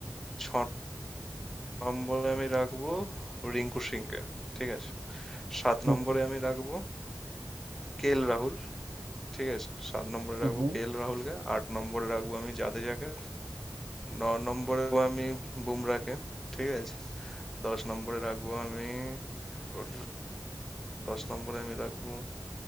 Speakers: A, in the centre; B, on the right.
A: ছ নম্বরে আমি রাখবো রিঙ্কু সিংকে ঠিক আছে সাত
B: হুম
A: নম্বরে আমি রাখবো কেএল রাহুল ঠিক আছে সাত নম্বরে
B: হুম
A: রাখবো
B: হুম
A: কেএল রাহুলকে আট নম্বরে রাখবো আমি জাদেজাকে ন নম্বরে রাখবো আমি বুমরাকে ঠিক আছে দশ নম্বরে রাখবো আমি ওর দশ নম্বরে আমি রাখবো